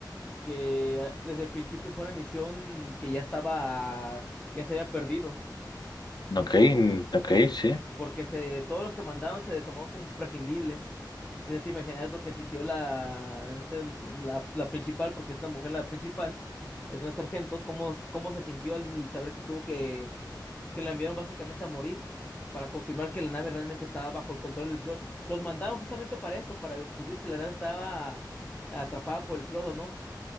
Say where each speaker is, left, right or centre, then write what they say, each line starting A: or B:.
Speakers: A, on the left; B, on the left.
A: que desde el principio fue una misión que ya estaba, que se había perdido,
B: Ok, mm, ok, sí.
A: porque se, todos los que mandaron se tomaron como prescindibles. Entonces ya te imaginas lo que sintió la, este, la, la principal, porque es una mujer la principal, es una sargento, cómo, cómo se sintió al saber que tuvo que, que la enviaron básicamente a morir para confirmar que la nave realmente estaba bajo el control del Flood. Los mandaron justamente para eso, para descubrir si la nave estaba atrapada por el Flood o no.